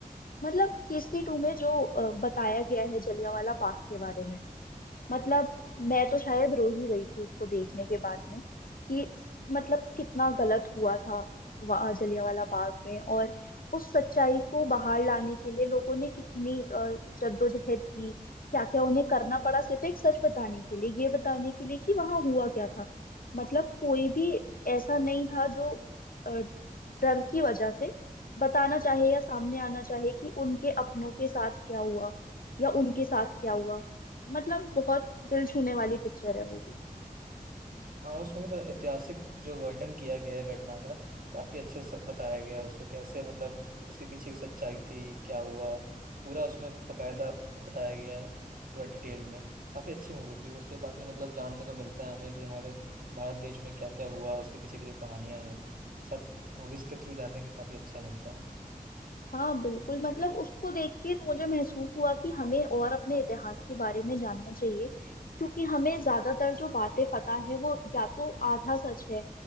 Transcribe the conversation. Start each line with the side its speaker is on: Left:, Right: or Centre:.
Left: मतलब केसरी टू में जो अ, बताया गया है जलियांवाला बाग के बारे में मतलब मैं तो शायद रो ही गई थी उसको देखने के बाद में कि मतलब कितना गलत हुआ था वहाँ जलियांवाला बाग में और उस सच्चाई को बाहर लाने के लिए लोगों ने कितनी अ, जद्दोजहद की क्या क्या उन्हें करना पड़ा सिर्फ एक सच बताने के लिए ये बताने के लिए कि वहाँ हुआ क्या था मतलब कोई भी ऐसा नहीं था जो अ, डर की वजह से बताना चाहे या सामने आना चाहे कि उनके अपनों के साथ क्या हुआ या उनके साथ क्या हुआ मतलब बहुत दिल छूने वाली पिक्चर है वो भी
Right: हाँ उसमें मतलब ऐतिहासिक जो वर्णन किया गया है घटना का काफी अच्छे से बताया गया है उसको कैसे मतलब उसके पीछे की सच्चाई थी क्या हुआ पूरा उसमें बकायदा बताया गया है पूरा डिटेल में काफी अच्छी मूवी थी उससे काफी मतलब जानने को मिलता है हमें कि हमारे भारत देश में क्या क्या हुआ उसके पीछे की जो कहानियां हैं सब मूवीज के थ्रू जानने के काफी अच्छा मिलता है
Left: हाँ बिल्कुल मतलब उसको देख के मुझे महसूस हुआ कि हमें और अपने इतिहास के बारे में जानना चाहिए क्योंकि हमें ज्यादातर जो बातें पता है वो या तो आधा सच है